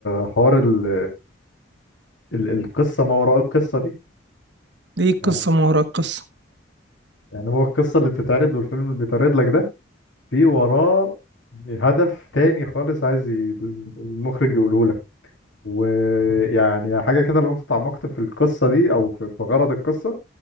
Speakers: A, on the left (about 70°); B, on the right (about 60°).
A: حوار ال... ال... القصه ما وراء القصه دي
B: دي
A: يعني
B: قصة ما وراء القصة
A: يعني هو القصه اللي بتتعرض والفيلم اللي بيتعرض لك ده في وراه هدف تاني خالص عايز ي- المخرج يقوله لك ويعني حاجه كده لو انت اتعمقت في القصه دي او في في غرض القصه